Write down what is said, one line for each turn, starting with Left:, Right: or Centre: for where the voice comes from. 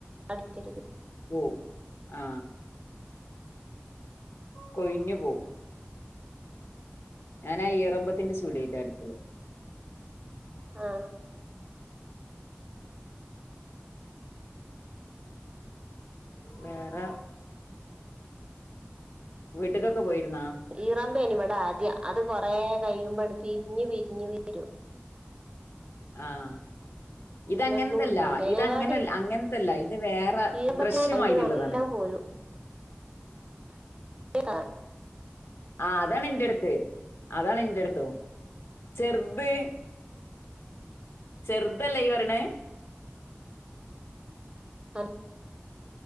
Right: അടിക്കരുത്
Left: പോവും ആ കൊഴിഞ്ഞു പോകും ഞാനാ ഈറമ്പത്തിൻ്റെ ചൂലായിറ്റാ അടിക്കല്
Right: ആഹ്
Left: വേറെ വീട്ട്ക്കൊക്കെ പോയിരുന്നോ
Right: ഈറമ്പേന് ഇവിട ആദ്യം അത് കുറെ കഴിയുമ്പാട് പിരിഞ്ഞു പിരിഞ്ഞു വരും
Left: ആഹ് ഇത്
Right: പിന്നെ
Left: അങ്ങനത്തെ
Right: ഒന്നും കിട്ടൂല
Left: അല്ല
Right: അതിനെക്കാട്ടി
Left: ഇത് അങ്ങനെ അല്ല അങ്ങനെത്തല്ല ഇത് വേറെ
Right: ഈറമ്പത്തിനായിട്ട്
Left: ബ്രഷ് മാതിരി
Right: നല്ല
Left: ഇള്ളതാണ്
Right: പോരും <unintelligible>
Left: ആ അതാണ് എൻ്റെടുത്ത് അതാണ് എൻ്റെടുത്തും ചെറുത് ചെറുതല്ലേ ഇയ്യ് പറയണേ
Right: <unintelligible>